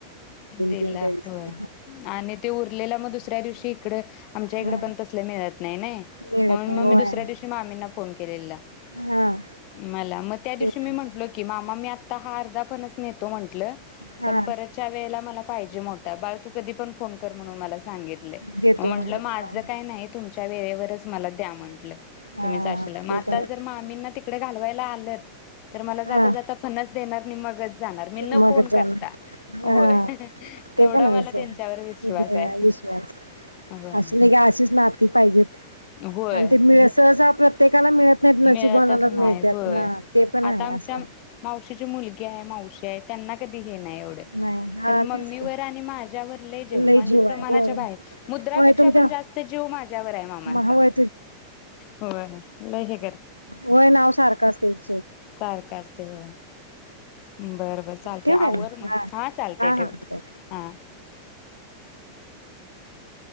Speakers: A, on the left; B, on the left.
A: दिला
B: तीन त्यावेळेस
A: होय,
B: ती.
A: आणि ते उरलेला म दुसऱ्या दिवशी इकडं आमच्या
B: हा
A: इकड पण तसले मिळत नाही नई
B: मिळत
A: मनून
B: नाही
A: म
B: होय
A: मी दुसऱ्या दिवशी मामींना फोन केलेला.
B: हा
A: मला म त्या दिवशी
B: तेच
A: मी म्हटलो की मामा मी आता हा अर्धा फणस नेतो म्हन म्हंटल
B: हा
A: पण परत च्या वेळेला मला पाहिजे मोटा बाळ तू कधी पण फोन कर म्हणून मला सांगितलंय,
B: देतो
A: म म्हंटलं
B: म्हणलं
A: माझं काही नाही तुमच्या वेळे वरच मला दया म्हंटलं
B: हा
A: तुम्ही जाशील ना म
B: ते
A: आता
B: तर
A: जर मामींना तिकड घालवायला आलत मला जाता,
B: हा
A: जाता फणच देणार नी मगच जाणार मी न
B: मग हा
A: करता. होय तेवढा
B: ते पण आहेस
A: मला त्यांच्यावर विश्वास
B: विश्वास
A: आहे. होय
B: अस नही का अशीच नाती पाहिजे
A: होय
B: <unintelligible> आणि ते मिळे सहसा आपल काला मिळत नाहीत नशीबवाना
A: मिळतच
B: ला
A: नाही
B: मिळत्यात
A: होय
B: आ ते पण
A: आता
B: आहे
A: आमच्या
B: असं
A: मावशीची मुल त्या मावशी आहे त्यांना कधी हे नाही एवढे
B: नाही हा
A: खरं मम्मीवर
B: तेच की
A: आणि माझ्यावर लई जीव,
B: लय
A: म्हणजे प्रमाणाच्या
B: आहे होय
A: बाहेर मुद्रा
B: होय
A: पेक्षा
B: तुमच्या
A: पण जास्त जीव माझ्या च्यावर आहे मामांचा
B: होय
A: होय लई हे
B: वय नाव सारखं असतय
A: सारक असतय बघा बरं, बरं चालतंय
B: ठेवू काय
A: आवर मग
B: हा
A: हां चालतंय
B: हा
A: ठेव
B: हा
A: हा